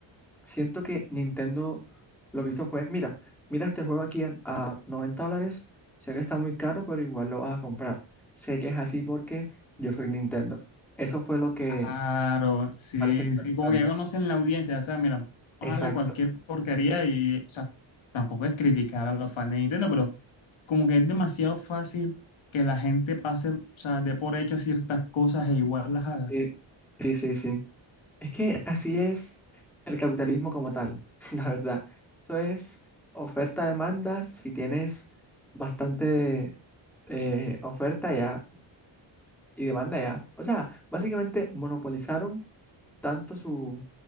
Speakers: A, in the centre; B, on the left.
A: siento que Nintendo lo que hizo fue, mira, mira este juego aquí a, a 90 dólares, sé que está muy caro, pero igual lo vas a comprar. Sé que es así porque yo soy Nintendo. Eso fue lo que
B: Claro, sí,
A: parece que fue
B: sí,
A: Nintendo.
B: como que ya conocen la audiencia, o sea, mira, vamos
A: Exacto.
B: a darle cualquier porquería y, o sea, tampoco es criticar a los fans de Nintendo, pero como que es demasiado fácil que la gente pase, o sea, dé por hecho ciertas cosas e igual las haga.
A: Sí, sí, sí, sí. Es que así es el capitalismo como tal, <laughs> la verdad. Eso es oferta-demanda. Si tienes bastante eh, oferta ya y demanda ya. O sea, básicamente monopolizaron tanto su-